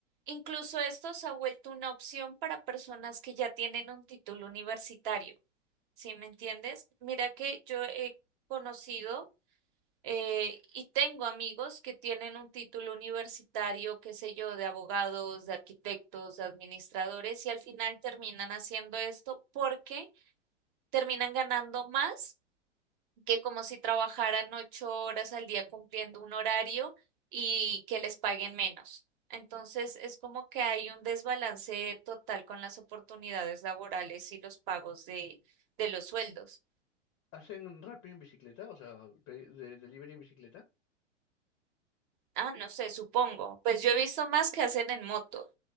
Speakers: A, on the right; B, on the left.
A: incluso esto se ha vuelto una opción para personas que ya tienen un título universitario, ¿sí me entiendes? Mira que yo he conocido eh, y tengo amigos que tienen un título universitario, qué sé yo, de abogados, de arquitectos, de administradores, y al final terminan haciendo esto porque terminan ganando más que como si trabajaran ocho horas al día cumpliendo un horario y que les paguen menos. Entonces es como que hay un desbalance total con las oportunidades laborales y los pagos de, de los sueldos.
B: ¿Hacen Rappi en bicicleta? O sea, pe- de, delivery en bicicleta.
A: Ah, no sé, supongo. Pues yo he visto más que hacen en moto.